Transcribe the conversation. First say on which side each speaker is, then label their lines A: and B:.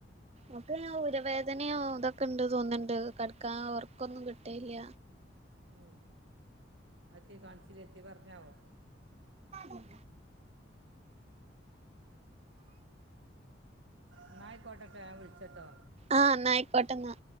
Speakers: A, on the right; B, on the right.
A: ഓക്കയ്ന് ഊരവേദനോ ഇതൊക്കെ ഇണ്ട് തോന്നിണ്ട് കടക്കാൻ ഒർക്കൊന്നും കിട്ടല്ല
B: ഏഹ് അഅത്തി കാണ്ച്ചിലെ എത്തെ പറഞാവോ
A: ഉം
B: ഇന്നായിക്കോട്ടട്ട ഞാൻ വിൾച്ചട്ടോ
A: ആഹ് ന്നായിക്കോട്ടന്നാ